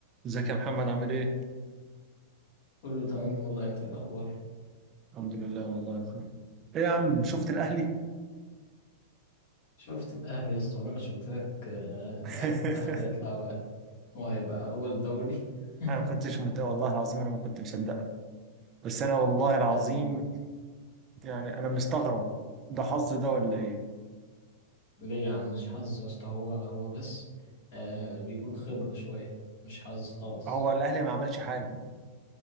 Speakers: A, on the right (about 30°); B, on the left (about 60°).
A: ازيك يا محمد عامل ايه؟
B: كله تمام والله انت ايه الاخبار
A: الحمد لله والله يا اخويا ايه يا عم شفت الاهلي؟
B: شفت الاهلي يا اسطى وانا مش قلت لك آه، الاهلي
A: <laughs>
B: في الاخر هيطلع و- هو هيبقى اول دوري <laughs>
A: انا ما كنتش مت... والله العظيم انا ما كنت مصدق بس انا والله
B: لا
A: العظيم
B: يا عم
A: يعني انا مستغرب ده حظ ده ولا ايه؟
B: ليه يا عم مش حظ يا اسطى هو هو بس آه بيكون خبرة شوية مش حظ خالص
A: هو الاهلي ما عملش حاجه